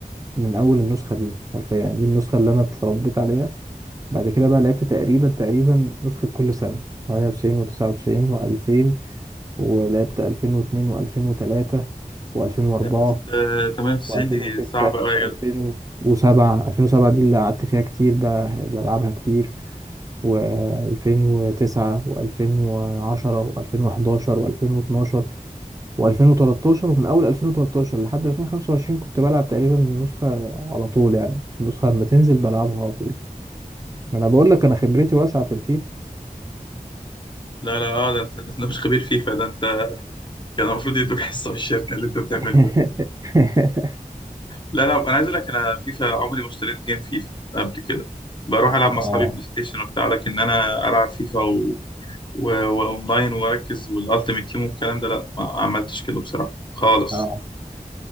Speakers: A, on the right (about 25°); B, on the left (about 30°).
A: من اول النسخه دي حرفيا يعني دي النسخه اللي انا اتربيت عليها بعد كده بقى لعبت تقريبا تقريبا نسخه كل سنه 98 و99 و2000 ولعبت 2002 و2003 و2004
B: لا بس آه، 98
A: و2006
B: دي صعبه قوي يا
A: و2007
B: جدع
A: 2007 دي اللي قعدت فيها كتير بقى بلعبها كتير و2009 و2010 و2011 و2012 و2013 ومن اول 2013 لحد 2025 كنت بلعب تقريبا النسخة على طول يعني النسخة لما تنزل بلعبها على طول ما انا بقول لك انا خبرتي واسعة في الفيفا
B: لا لا اه ده انت ده انت مش خبير فيفا ده انت كان المفروض يدوك حصه في الشركه اللي انت بتعمله
A: <laughs>
B: ده لا لا انا عايز اقول لك انا فيفا عمري ما اشتريت جيم فيفا قبل كده بروح العب مع اصحابي
A: اه
B: بلاي ستيشن وبتاع لكن انا العب فيفا و... و... واونلاين واركز والالتيميت تيم والكلام ده لا ما عملتش كده بصراحه خالص
A: اه